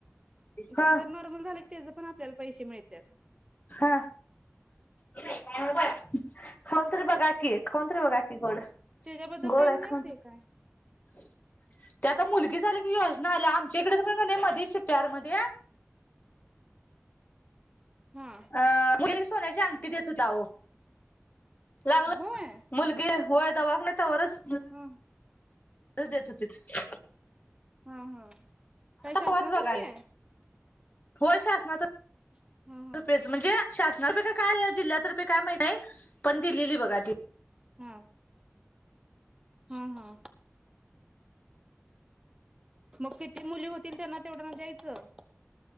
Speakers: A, on the right; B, on the left.
A: सीझन
B: हा
A: नॉर्मल झालं की, त्याज पण आपल्याला पैसे मिळतात.
B: हा. <unintelligible> खाऊन तर बघून तर बघा की गोड
A: त्याच्याबद्दल
B: गोड
A: काही
B: आहे
A: माहितीय
B: ख
A: काय
B: त्याता मुली ही झाली की, योजना आल्या आमच्या इकडे नाही मध्ये शिप्यार मध्ये.
A: हा
B: अ मुलीला सोन्याची अंगठी देत होता आहो. लागला
A: होय
B: मुलगी होय दवाखान्यात त्यावरच.
A: हा.
B: हितच देत होतीथ.
A: हा -हा शासनातर्फे.
B: पवाच बघा आल्या. होय शासनातर्फे.
A: हा हा
B: रुपयेच म्हणजे शासना रुपये काय जिल्ह्यात रुपये काय महित नाही पण दिलेली बघा ती.
A: हा हा हा. मग किती मुली होतील त्यांना तेवढ्यांना दयचं.